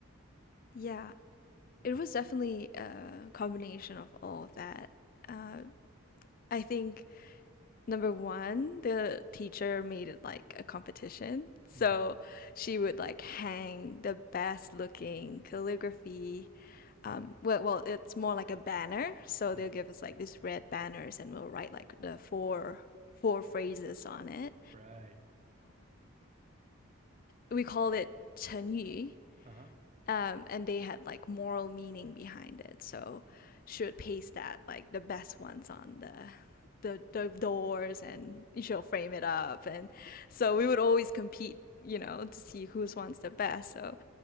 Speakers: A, on the left; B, on the right.
A: yeah. It was definitely a combination of all of that. Uh, I think Number one, the teacher made it like a competition. So
B: Mhm.
A: she would like hang the best looking calligraphy. Um, well, well, it's more like a banner. So
B: Yeah.
A: they'll give us like these red banners and we'll write like the four four phrases on it.
B: Right.
A: We called it 成语
B: Uh-huh.
A: um, and they had like moral meaning behind it. So she would paste that like the best ones on the the, the doors, and she'll frame it up, and so we would always compete, you know, to see whose one's the best. So,